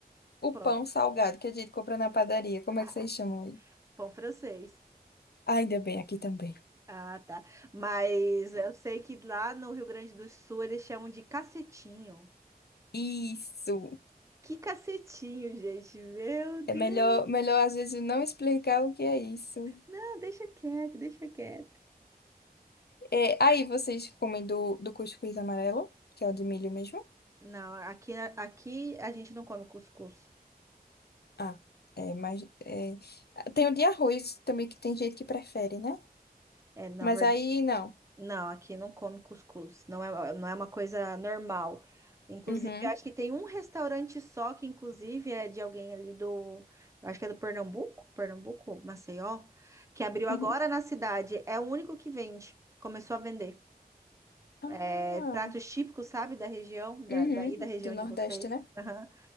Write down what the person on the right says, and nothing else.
Pão.
<laughs>
Pão francês.
Ah, tá. Mas eu sei que lá no Rio Grande do Sul eles chamam de cacetinho.
Que cacetinho, gente. Meu
Deus.
Não, deixa quieto, deixa quieto.
Não, aqui, aqui a gente não come cuscuz.
É, na
verdade.
Não, aqui não come cuscuz. Não é, não é uma coisa normal. Inclusive,
eu acho que tem um restaurante só que, inclusive, é de alguém ali do. Eu acho que é do Pernambuco, Pernambuco, Maceió, que abriu agora
na cidade. É o único que vende. Começou a vender.
É, pratos típicos, sabe, da região, da,
daí da região
de vocês.
Aham.